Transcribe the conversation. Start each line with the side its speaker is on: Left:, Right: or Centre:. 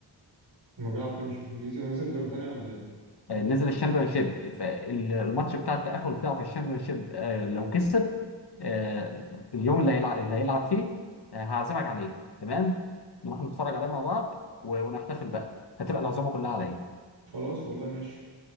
Right: ما بيلعب فيه مش بالانجليزي هو نازل درجه تانيه ولا ايه
Left: آه، نزل الشامبيونشيب فالماتش بتاع التأهل بتاعه في الشامبيونشيب آه، لو كسب آه، اليوم اللي هيلعب اللي هيلعب فيه آه، هعزمك عليه تمام نروح نتفرج عليه مع بعض و- ونحتفل بقى هتبقى العزومه كلها على ايه
Right: خلاص والله ماشي